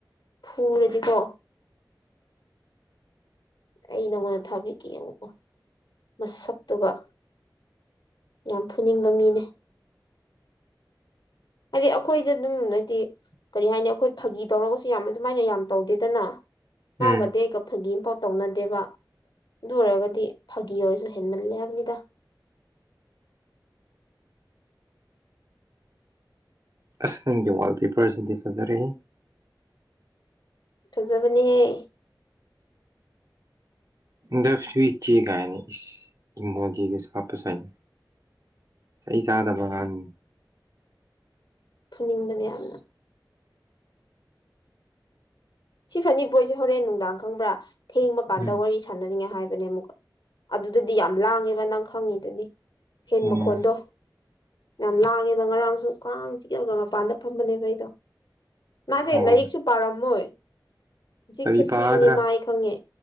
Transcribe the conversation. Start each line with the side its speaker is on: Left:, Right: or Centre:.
Left: ꯐꯨꯔꯗꯤꯀꯣ ꯑꯩ ꯅꯪꯉꯣꯟꯗ ꯊꯥꯕꯤꯈꯤꯦꯕꯀꯣ ꯃꯁꯛꯇꯨꯒ ꯌꯥꯝ ꯐꯨꯅꯤꯡꯕ ꯃꯤꯅꯦ ꯍꯥꯏꯗꯤ ꯑꯩꯈꯣꯏꯗ ꯑꯗꯨꯝ ꯍꯥꯏꯗꯤ ꯀꯔꯤ ꯍꯥꯏꯅꯤ ꯑꯩꯈꯣꯏ ꯐꯥꯒꯤ ꯇꯧꯔꯒꯁꯨ ꯌꯥꯝ ꯑꯗꯨꯃꯥꯏꯅ ꯌꯥꯝ ꯇꯧꯗꯦꯗꯅ ꯃꯥꯒꯗꯤ
Right: ꯎꯝ
Left: ꯑꯩꯒ ꯐꯥꯒꯤ ꯑꯃ ꯐꯥꯎ ꯇꯧꯅꯗꯦꯕ ꯑꯗꯨ ꯑꯣꯏꯔꯒꯗꯤ ꯐꯥꯒꯤ ꯑꯣꯏꯔꯁꯨ ꯍꯦꯟꯃꯜꯂꯦ ꯍꯥꯏꯕꯅꯤꯗ <unintelligible>
Right: ꯑꯁ ꯅꯪꯒꯤ ꯋꯥꯜꯄꯦꯄꯔꯁꯤꯗꯤ ꯐꯖꯔꯏ
Left: ꯐꯖꯕꯅꯦꯍꯦ
Right: ꯗꯕꯁꯕꯤ ꯆꯦꯛ ꯀꯥꯏꯅꯦ ꯏꯁ ꯃꯣꯖꯤ ꯀ ꯁꯥꯄꯁꯅꯤ ꯆꯍꯤ ꯆꯥꯗꯕꯉꯥꯟ
Left: ꯈꯨꯅꯤꯡꯕꯅꯦ ꯌꯥꯝꯅ ꯁꯤ ꯐꯅꯤꯕꯣꯏꯁꯦ ꯍꯣꯔꯦꯟ ꯅꯨꯡꯗꯥꯡ ꯈꯪꯕ꯭ꯔꯥ ꯊꯦꯡꯕ ꯀꯥꯟꯗ
Right: ꯎꯝ
Left: ꯋꯥꯔꯤ ꯁꯥꯟꯅꯅꯤꯡꯉꯦ ꯍꯥꯏꯕ ꯅꯦ ꯑꯃꯨꯛꯀ ꯑꯗꯨꯗꯗꯤ ꯌꯥꯝ ꯂꯥꯡꯉꯦꯕ ꯅꯪ ꯈꯪꯉꯤꯗꯨꯅꯤ ꯍꯦꯟ
Right: ꯎꯝ
Left: ꯃꯈꯣꯟꯗꯣ ꯌꯥꯝ ꯂꯥꯡꯉꯦꯕ ꯉꯔꯥꯡ ꯑꯃꯛ ꯀꯥꯡ ꯆꯤꯑꯒ ꯃꯄꯥꯟꯗ ꯐꯝꯕꯅꯦꯕ ꯑꯩꯗꯣ ꯃꯥꯁꯦ
Right: ꯑꯣ
Left: ꯂꯥꯏꯔꯤꯛꯁꯨ ꯄꯥꯔꯝꯃꯣꯏ ꯍꯧꯖꯤꯛꯁꯦ
Right: ꯀꯔꯤ ꯄꯥꯒꯗ꯭ꯔꯥ
Left: ꯐ꯭ꯔꯤꯅꯦ ꯃꯥ ꯑꯩ ꯈꯪꯉꯦ